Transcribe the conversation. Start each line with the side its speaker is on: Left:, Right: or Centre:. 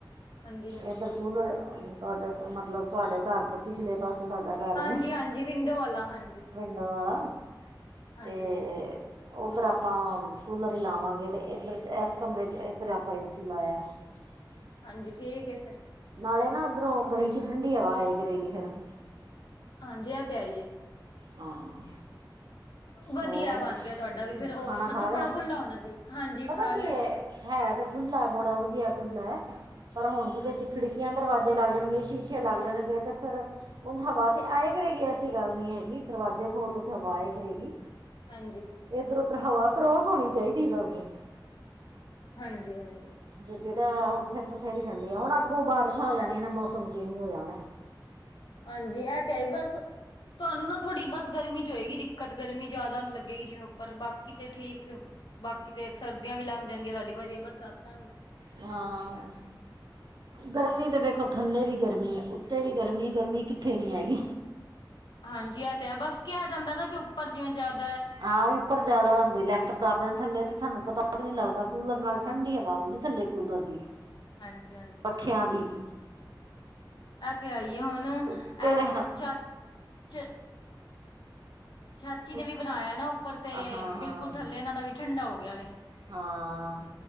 Left: ਹਾਂਜੀ ਹਾਂਜੀ।
Right: ਇਧਰ ਕੂਲਰ ਤੁਆਡੇ ਸ ਮਤਲਬ ਤੁਆਡੇ ਘਰ ਦੇ ਪਿਛਲੇ ਪਾਸੇ ਸਾਡਾ ਘਰ
Left: ਹਾਂਜੀ,
Right: ਹੈ
Left: ਹਾਂਜੀ ਵਿੰਡੋ ਵਾਲਾ ਹਾਂਜੀ।
Right: ਵਿੰਡੋ ਵਾਲਾ
Left: ਹਾਂਜੀ
Right: ਤੇ
Left: ਹਾਂਜੀ
Right: ਓਧਰ ਆਪਾਂ ਕੂਲਰ ਈ ਲਾਵਾਂਗੇ ਤੇ ਇੱਧਰ ਇਸ ਕਮਰੇ 'ਚ ਇੱਧਰ ਆਪਾਂ ਏ ਸੀ ਲਾਇਆ‌। <unintelligible> <inaudible>
Left: ਹਾਂਜੀ ਠੀਕ ਏ ਫੇਰ।
Right: ਨਾਲੇ ਨਾ ਇਧਰੋਂ ਗਲੀ ਚੋ ਠੰਡੀ ਹਵਾ ਆਏ ਕਰੇਗੀ ਫੇਰ।
Left: ਹਾਂ ਜੀ ਐ ਤੇ ਹੈ ਈ ਐ।
Right: ਹਾਂ।
Left: ਵਧੀਆ
Right: ਹੋਰ
Left: ਬਣ
Right: <unintelligible>
Left: ਗਿਆ ਤੁਹਾਡਾ ਵੀ ਫੇਰ ਉਹ
Right: ਖਾਣਾ
Left: ਮਤਲਬ
Right: ਖਾ
Left: ਥੋੜਾ
Right: ਲਿਆ?
Left: ਖੁੱਲਾ ਹੋਣਾ ਚਾਹੀਦਾ ਹਾਂਜੀ
Right: ਪਤਾ
Left: ਖਾ
Right: ਕੀ
Left: ਲਿਆ
Right: ਐ ਹੈ ਤੇ ਖੁੱਲਾ ਏ ਬੜਾ ਵਧੀਆ ਖੁੱਲਾ ਐ ਪਰ ਹੁਣ ਜਿਵੇਂ
Left: ਹਾਂਜੀ
Right: ਖਿੜਕੀ ਕਿਆਂ, ਦਰਵਾਜ਼ੇ ਲੱਗ ਜਾਣਗੇ, ਸ਼ੀਸ਼ੇ ਲੱਗ ਜਾਣਗੇ ਤੇ ਫਿਰ ਓੰਜ ਹਵਾ ਤੇ ਆਏ ਕਰੇਗੀ ਐਸੀ ਗੱਲ ਨੀ ਹੈਗੀ ਦਰਵਾਜ਼ੇ ਖੋਲ੍ਹ ਦੋ ਤੇ ਹਵਾ ਆਏ ਕਰੇਗੀ।
Left: ਹਾਂਜੀ।
Right: ਇੱਧਰ ਉੱਧਰ ਹਵਾ ਕਰੋਸ ਹੋਣੀ ਚਾਈਦੀ ਏ ਵੈਸੇ।
Left: ਹਾਂਜੀ ਹਾਂ।
Right: ਜੇ ਜਿੜਾ ਫੇਰ ਬਥੇਰੀ ਠੰਡੀ ਆ ਹੁਣ ਅੱਗੋਂ ਬਾਰਿਸ਼ਾਂ ਹੋ ਜਾਣੀਆਂ ਨੇ ਮੌਸਮ ਚੇਂਜ ਹੋ ਜਾਣਾ। <unintelligible> ‌। <inaudible>
Left: ਹਾਂਜੀ ਐ ਤੇ ਹੈਈ ਬਸ ਤੁਆਨੂੰ ਨਾ ਥੋੜ੍ਹੀ ਬਸ ਗਰਮੀ ਚ ਹੋਏਗੀ ਦਿੱਕਤ ਗਰਮੀ ਜ਼ਿਆਦਾ ਲੱਗ ਗੇ ਜਿਵੇਂ ਉੱਪਰ ਬਾਕੀ ਤੇ ਠੀਕ ਬਾਕੀ ਤੇ ਸਰਦੀਆਂ ਵੀ ਲੰਘ ਜਾਣਗੀਆਂ ਤਾਡੀ ਵਧੀਆ ਬਰਸਾਤਾਂ ਵੀ।
Right: ਹਾਂ। ਗਰਮੀ ਤੇ ਵੇਖੋ ਥੱਲੇ ਵੀ ਗਰਮੀ ਏ ਉੱਤੇ ਵੀ ਗਰਮੀ ਏ ਗਰਮੀ ਕਿੱਥੇ ਨੀ ਹੈਗੀ।
Left: ਹਾਂਜੀ ਐ ਤੇ ਹੈ ਬਸ ਕਿਆ ਜਾਂਦਾ ਨਾ ਕਿ ਉੱਪਰ ਜਿਵੇਂ ਜਿਆਦ
Right: ਆਂ ਉੱਪਰ ਜਿਆਦਾ ਹੁੰਦੇ ਲੈਂਟਰ। <unintelligible> ਕਿਤਾਬਾਂ ਥੱਲੇ ਤੇ ਸਾਨੂੰ ਪਤਾ ਵੀ ਨੀ ਲੱਗਦਾ ਕੂਲਰ ਨਾਲ ਠੰਡੀ ਹਵਾ ਹੁੰਦੀ ਥੱਲੇ ਕੂਲਰ ਦੀ।
Left: ਹਾਂਜੀ ਹਾਂਜੀ।
Right: ਖਿਆ ਦੀ।
Left: ਐ ਤੇ ਹੈਈਏ ਹੁਣ
Right: ਉੱਤੇ
Left: ਐ
Right: ਦੇ ਹ-
Left: ਚਾ ਚ ਚਾਚੀ
Right: ਉੱਤ-
Left: ਨੇ ਵੀ ਬਣਾਇਆ ਨਾ ਉੱਪਰ ਤੇ
Right: ਹਾਂ
Left: ਬਿਲਕੁਲ
Right: ਹਾਂ
Left: ਥੱਲੇ ਇਨਾਂ ਦਾ ਵੀ ਠੰਡਾ ਹੋ ਗਿਆ ਵੇ।
Right: ਹਾਂ